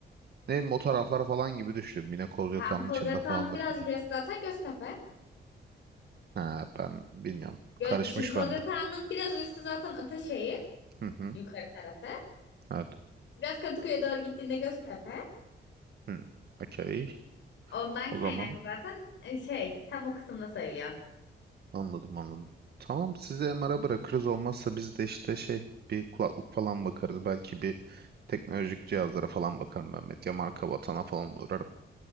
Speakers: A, on the right (about 60°); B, on the left (about 90°).
A: Ne bileyim o taraflar falan gibi düşünüyorum. Yine Kozyatağı'nın
B: Tam Kozyalı
A: içinde falandır
B: Ağa'nın birazcık
A: gibi.
B: gerisi zaten Göztepe.
A: Ha, ben bilmiyorum.
B: Gö-
A: Karışmış
B: Şimdi Kozyalı
A: bende.
B: Ağa'nın biraz üstü zaten Ataşehir.
A: <laughs>
B: Yukarı tarafı.
A: Evet.
B: Biraz Kadıköy'e doğru gittiğinde Göztepe.
A: Hmm. Okey.
B: Ondan
A: O
B: kaynaklı
A: zaman
B: zaten e, şey tam o kısımda sayılıyor.
A: anladım anladım. Tamam sizi MR'a bırakırız olmazsa biz de işte şey bir kulaklık falan bakarız. Belki bir teknolojik cihazlara falan bakarım ben. Medya marka vatana falan uğrarım.